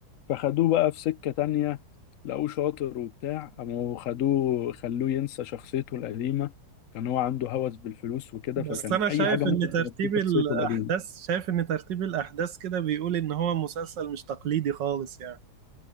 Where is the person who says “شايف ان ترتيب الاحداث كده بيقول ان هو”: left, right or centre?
Right